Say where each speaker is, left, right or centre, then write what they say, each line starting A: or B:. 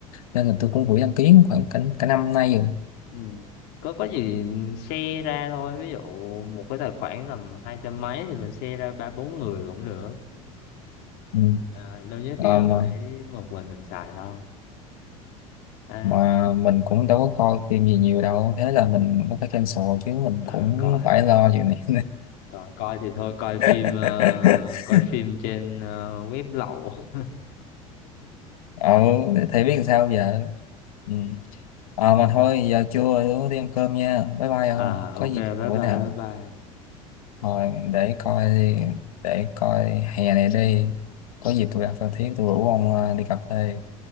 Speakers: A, on the left (about 80°); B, on the left (about 60°).
A: nên là tôi cũng vừa đăng ký khoảng cả, cả năm nay rồi
B: Ừ. Có có gì share ra thôi ví dụ một cái tài khoản tầm hai trăm mấy thì mình share ra ba bốn người cũng được
A: ừ.
B: à, đâu nhất
A: Ờ,
B: thiết là
A: mà
B: phải một mình mình xài đâu à,
A: mà mình cũng đâu có coi phim gì nhiều đâu thế là mình cũng phải cancel chứ mình
B: ừ
A: cũng
B: coi
A: phải lo chuyện này
B: coi coi thì thôi coi phim
A: <laughs>
B: ờ, coi phim trên ờ, web lậu
A: ờ
B: <laughs> Ừ.
A: thì biết làm sao giờ ừ. Ờ mà thôi giờ trưa rồi tôi đi ăn cơm nha bye bye không
B: à
A: có
B: ok
A: gì
B: bye
A: bữa
B: bye
A: nào
B: bye bye
A: Rồi để coi đi, để coi hè này đi. Có dịp tôi ra Phan Thiết tôi rủ ông ờ, đi cà phê.